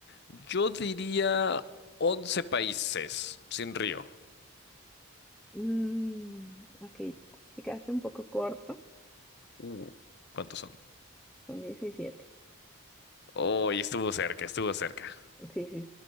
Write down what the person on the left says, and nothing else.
Yo diría 11 países sin río.
Uh, ¿cuántos son?
Oh, y estuvo cerca, estuvo cerca.